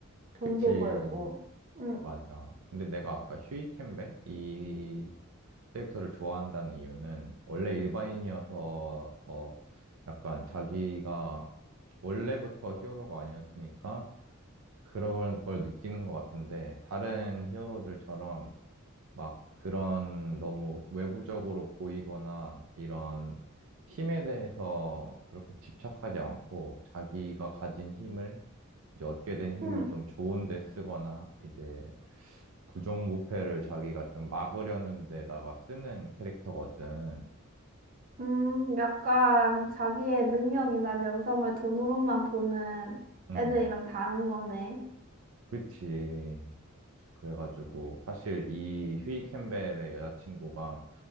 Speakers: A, on the right (about 40°); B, on the right (about 75°).
A: 돈도
B: 그치.
A: 벌고. 응.
B: 맞아. 근데 내가 아까 휴이 캠벨 이 캐릭터를 좋아한다는 이유는 원래 일반인이어서 더 약간 자기가 원래부터 히어로가 아니었으니까 그런 걸 느끼는 것 같은데, 다른 히어로들처럼 막 그런 너무 외부적으로 보이거나 이런 힘에 대해서 그렇게 집착하지 않고 자기가 가진 힘을, 이제 얻게 된 힘을
A: 응.
B: 좀 좋은 데 쓰거나 이제 부정부패를 자기가 좀 막으려는 데다가 쓰는 캐릭터거든.
A: 음, 약간 자기의 능력이나 명성을 돈으로만 보는
B: 음,
A: 애들이랑 다른 거네.
B: 그치. 그래가지고 사실 이 휴이 캠벨의 여자친구가